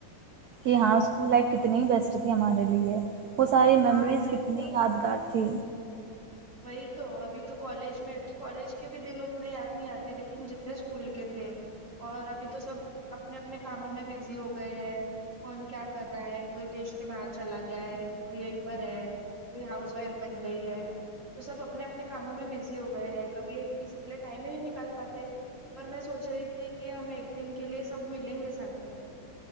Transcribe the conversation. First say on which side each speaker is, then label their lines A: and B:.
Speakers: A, on the right (about 70°); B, on the right (about 35°).
A: کہ ہاں اسکول لائف کتنی بیسٹ تھی ہمارے لیے وہ ساری میمریز
B: ہاں وہی
A: کتنی
B: تو
A: یادگار تھی
B: وہی تو ابھی تو کالج میں کالج کے بھی دن اتنے یاد نہیں آتے لیکن جتنے اسکول کے تھے اور ابھی تو سب اپنے اپنے کاموں میں بزی ہو گئے ہیں کون کیا کر رہا ہے کوئی دیش کے باہر چلا گیا ہے کوئی یہیں پر ہے کوئی ہاؤس وائف بن گئی ہے تو سب اپنے اپنے کاموں میں بزی ہو گئے ہیں کبھی کسی کے لیے ٹائم ہی نہیں نکال پاتے پر میں سوچ رہی تھی کہ ہم ایک دن کے لیے سب ملیں گے ساتھ میں